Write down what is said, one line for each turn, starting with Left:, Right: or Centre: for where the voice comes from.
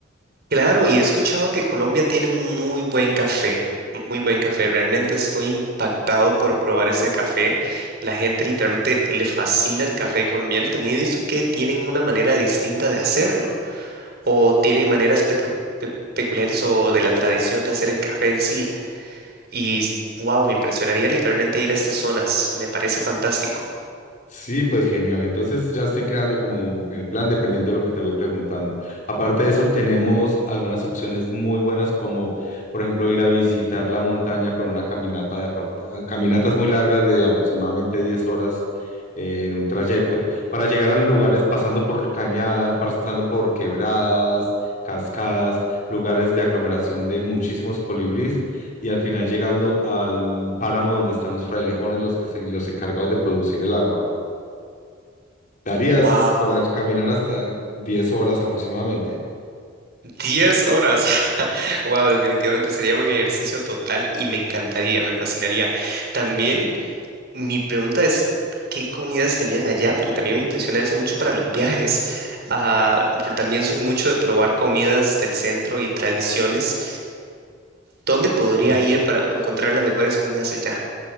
Right: Claro, y he escuchado que Colombia tiene un muy buen café, muy buen café. Realmente estoy impactado por probar ese café. La gente literalmente le fascina el café colombiano y también he visto que tienen una manera distinta de hacerlo o tienen maneras pecu- pe- peculiares o de la tradición de hacer el café en sí. Y wow, me impresionaría literalmente ir a estas zonas. Me parece fantástico.
Left: Sí, pues genial. Entonces ya estoy creando como el plan dependiendo de lo que te voy preguntando. Aparte de eso, tenemos algunas opciones muy buenas como, por ejemplo, ir a visitar la montaña con una caminata de apart- ah, caminatas muy largas de aproximadamente 10 horas eh, en un trayecto para llegar a los lugares pasando por cañada, pasando por quebradas, cascadas, lugares de aglomeración de muchísimos colibrís y al final llegando al páramo donde están los frailejones, los que se- los encargados de producir el agua darías
Right: Wow.
Left: para caminar hasta 10 horas aproximadamente.
Right: 10 horas. <laughs> Wow, definitivamente sería un ejercicio total y me encantaría, me fascinaría. También mi pregunta es, ¿qué comidas tenían allá? Porque también me impresiona eso mucho para los viajes. Ah, pero también soy mucho de probar comidas del centro y tradiciones. ¿Dónde podría
Left: Cl-
Right: ir para encontrar las mejores comidas allá?